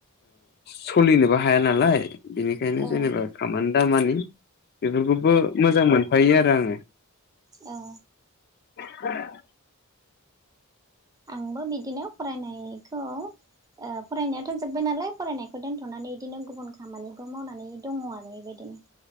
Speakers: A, on the left; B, on the right.
A: सलिनोबो हाया नालाय बिनिखायनो
B: औ
A: जेनेबा खामानि दामानि बेफोरखौबो मोजां मोनफायो आरो आङो
B: औ
A: <inaudible>
B: आंबो बिदिनो फरायनायखौ फरायनायाथ' जोब्बाय नालाय फरायनायखौ दोनथ'नानै बिदिनो गुबुन खामानिबो मावनानै दङ आरो बेबायदिनो